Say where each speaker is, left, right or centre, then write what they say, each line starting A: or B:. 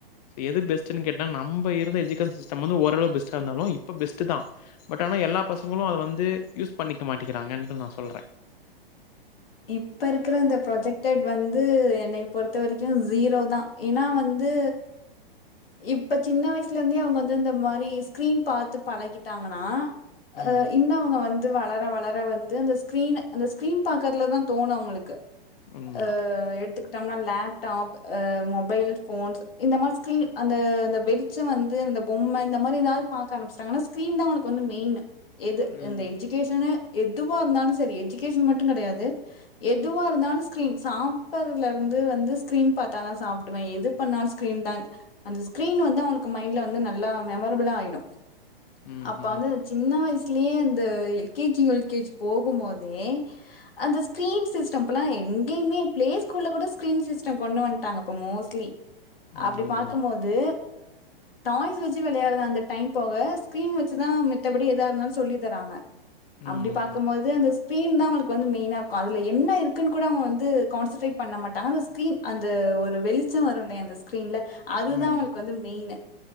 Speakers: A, on the left (about 45°); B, on the left (about 70°).
A: சோ எது பெஸ்ட் ச்சுன்னு கேட்டா நம்ப இருந்த எஜுகேசன் சி்ஸ் ச நம்ம வந்து ஓரளவு பெஸ்டா இருந்தாலு இப்ப பெஸ்ட்டுதா பட் ஆனா எல்லா பசங்களு அத வந்து யூஸ் பண்ணிக்க மாட்டிங்கிறாங்கன்னு நா சொல்றே
B: இப்ப இருக்கிற இந்த ப்ரொஜெக்டட் வந்து என்க்கு பொறுத்த வரைக்கும் ஜீரோ தான் ஏன்னா வந்து இப்ப சின்ன வயசுல இருந்தே அவங்க வந்து இந்த மாதிரி ஸ்கிரீன் பாத்து பழகி ட்டாங்கன்னா ஆ
A: ம்.
B: இன்ன அவங்க வந் ந்து வளர வளர வந்து அந்த ஸ்கிரீன் அந்த ஸ்கிரீன் பாக்குறதுலதான் தோணும் அவங்களுக்கு
A: உண்மதான்.
B: அஹ் எடுக்கு த்தாங்னா லேப்டாப் ஆ மொபைல் ஃபோன்ஸ் இந்த மாரி ஸ்கிரீன் அந்த அந்த வெளிச்சோ வந்து அந்த பொம்மை இந்த மாரி ஏதாவது பாக்க ஆரம்பிச்சாட்டங்னா சீன்தா உனக்கு வந்து மெயினு எது
A: ம்.
B: இந்த எஜுகேஷனு எதுவாருந்தாலும் சரி எஜுகேஷன் மட்டும் கெடையாது எதுவா இருந்தாலும் ஸ்கிரீன் சாப்றல இருந்து வந்து ஸ்கிரீன் பாத்தாதான் சாப்பிடுவேன் எது பண்ணாலும் ஸ்கிரீன் தான் அந்த ஸ்கிரீன் வந்து அவளுக்கு மைண்ட்ல வந்து நல்லா மெமரபிளா ஆயிடும்
A: ம்ஹ்ம்.
B: அப்ப வந்து சின்ன வயசு ட்லயே அந்த L K G U K G போகும் போதே அந்த ஸ்கிரீன் சிஸ்டம் இப்பல்லா எங்கேயுமே பிளே ஸ்கூல்ல கூட ஸ்கீரீன் சிஸ்டம் கொண்டு வன்ட்டாங்க இப்ப மோஸ்ட்லி
A: ம்.
B: அப்டி
A: உண்மதான்.
B: பாக்கும்போது டாய்ஸ் வச்சு விளையாடுது அந்த டைம் போங்க ஸ்கிரீன் வச்சுதா மித்தபடி எதா இருந்தாலு சொல்லித் தராங்க
A: ம்
B: அப்டி பாக்கும்போது
A: ம்
B: அந்த ஸ் ஸ்கிரீன் தான் அவங்களுக்கு வந்து மெயினா இருக்கும் அதுல என்ன இருக்குன்னு கூட அவங்க வந்து கான்சன்ட்ரேட் பண்ண மாட்டாங்க அந்த ஸ்கிரீன் அந்த ஒரு வெளிச்சம் வரும்லே அந்த ஸ்கிரீன்ல அதுதா
A: ம்
B: உங்களுக்கு வந்து மெயினு